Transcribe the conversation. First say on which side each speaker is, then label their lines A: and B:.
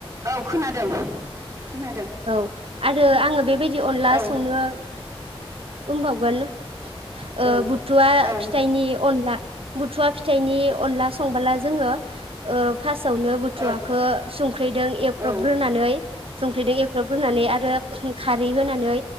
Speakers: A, on the right; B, on the right.
A: औ खोनादों खोनादों
B: औ आरो आङो बेबायदि अनला
A: औ
B: संनो बुंबावगोन ओ
A: औ
B: बुथुवा
A: औ
B: फिथाइनि अनला बुथुवा फिथाइनि अनला संबोला जोङो ओ फासआवनो बुथुवखौ
A: औ
B: संख्रेदों एख्रबग्रोनानै
A: औ
B: संख्रेदों एख्रब रुनानै आर रो खारै होनानै